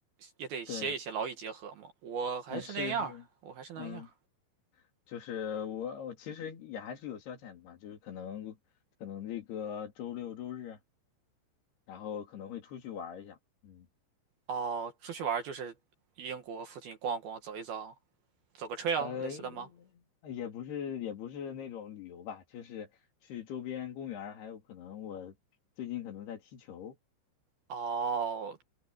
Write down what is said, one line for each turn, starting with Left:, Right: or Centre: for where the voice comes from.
Right: 也得歇一歇，
Left: 对，
Right: 劳逸结合嘛。我还是那样儿我还是那样儿
Left: 呃，是是，嗯，就是我我其实也还是有消遣的嘛，就是可能可能这个周六周日，然后可能会出去玩儿一下，嗯，
Right: 哦，出去玩儿就是英国附近逛逛，走一走，走个 trail
Left: 呃，
Right: 类似的吗？
Left: 也不是也不是那种旅游吧，就是去周边公园儿还有可能我最近可能在踢球。
Right: 哦，